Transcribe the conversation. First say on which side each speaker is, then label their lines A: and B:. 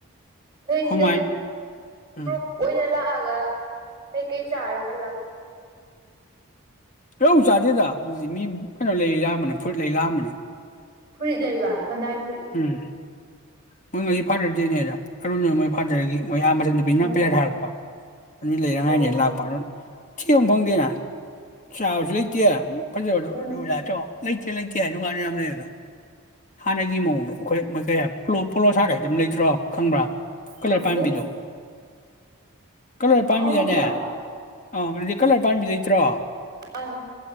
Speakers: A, on the right; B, on the left.
A: ꯅꯣꯏꯁꯤꯗ
B: ꯍꯣꯃꯥꯏ ꯎꯝ
A: ꯒ꯭ꯔꯨꯞ ꯑꯣꯏꯅ ꯂꯥꯛꯑꯒ ꯀꯩꯀꯩ ꯆꯥꯔꯣ ꯍꯜꯂꯕ
B: ꯔꯧ ꯆꯥꯗꯦꯗ ꯑꯗꯨꯗꯤ ꯃꯤ ꯀꯩꯅꯣ ꯂꯩ ꯂꯥꯛꯑꯝꯕꯅꯦ ꯐꯨꯔꯤꯠ ꯂꯩ ꯂꯥꯛꯑꯝꯕꯅꯦ
A: ꯐꯨꯔꯤꯠ ꯂꯩꯕꯥꯛ ꯅꯥꯏ ꯐꯔꯤ
B: ꯎꯝ ꯃꯣꯏ ꯉꯁꯤ ꯐꯥꯗꯔꯗꯤꯦꯅꯦꯗ ꯑꯔꯨꯅ ꯃꯣꯏ ꯐꯥꯗꯔꯒꯤ ꯣꯏ ꯌꯥꯝ ꯕꯤꯅ
A: ꯑꯣ
B: ꯄꯤꯂꯔꯔꯀꯣ ꯑꯅꯤ ꯂꯩꯅꯉꯥꯏꯅꯦ
A: ꯑꯣ
B: ꯂꯥꯛꯄ ꯑꯗꯨ ꯊ ꯍꯝꯐꯥꯡ ꯀꯦꯅ ꯆꯥꯎꯁ ꯂꯩ ꯀꯦꯌꯥ ꯐꯖꯣꯣ
A: ꯎꯝ
B: ꯑꯗꯨ ꯂ ꯆꯣ ꯂꯩꯇꯦ ꯂꯩꯇꯦ ꯍꯥꯏꯁꯨ ꯀꯥꯟꯗ ꯌꯥꯝ ꯂꯩꯕꯗ ꯍꯥꯟꯅꯒꯤ ꯃꯑꯣꯡ ꯈꯣꯏ ꯄꯣꯠꯂꯣ ꯁꯥꯒꯩꯗꯤ ꯑꯗꯨꯝ ꯂꯩꯇ꯭ꯔꯣ ꯈꯪꯕ꯭ꯔꯥ ꯀꯂꯔ
A: ꯈꯪꯗꯦ
B: ꯄꯥꯏꯝꯕꯤꯗꯨꯣ ꯀꯂꯔ ꯄꯥꯝꯃꯤꯗꯅꯦ
A: ꯑꯍꯟꯒꯤꯗꯣ
B: ꯑꯥ
A: ꯑꯪ
B: ꯑꯗꯨꯗꯤ ꯀꯂꯔ ꯄꯥꯝꯕꯤ ꯂꯩꯇ꯭ꯔꯣ
A: ꯑ